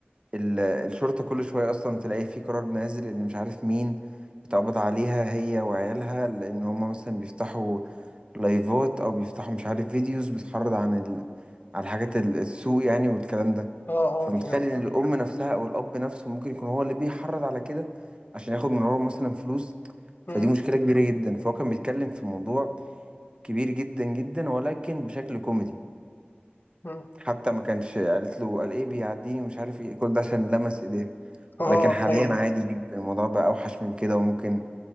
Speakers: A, on the right (about 25°); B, on the left (about 50°).
A: ال- الشرطة كل شوية أصلا تلاقي في قرار نازل اللي مش عارف مين اتقبض عليها هي وعيالها لأن هما مثلا بيفتحوا لايفات او بيفتحوا مش عارف فيديوز بتحرض عن ال... عن حاجات ال- السوق يعني والكلام ده
B: اه
A: فمتخيل
B: اه بجد
A: ان الام نفسها او الاب نفسه ممكن يكون هو اللي بيحرض على كده عشان ياخد من وراهم مثلا فلوس
B: مم،
A: فدي مشكلة كبيرة جدا فهو كان بيتكلم في موضوع كبير جدا جدا ولكن بشكل كوميدي
B: مم.
A: حتى ما كانش قالت له قال ايه بيعديني ومش عارف ايه كل ده عشان لمس ايديه
B: اه
A: ولكن حاليا
B: هي
A: عادي جدا الموضوع بقى اوحش من كده وممكن